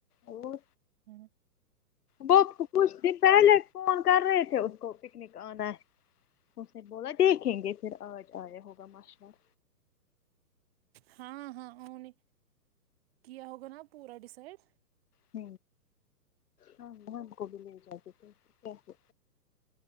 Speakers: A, on the left; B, on the right.
A: اور
B: ھمم
A: وہ کچھ دن پہلے فون کر رہے تھے اس کو پکنک آنا اس نے بولا دیکھیں گے پھر آج آیا ہوگا مشہورہ
B: ہاں ہاں ا نے کیا ہوگا نا پورا ڈسائڈ
A: ہ ہاں ہم کو بھی لے جاتے تھے کیاتے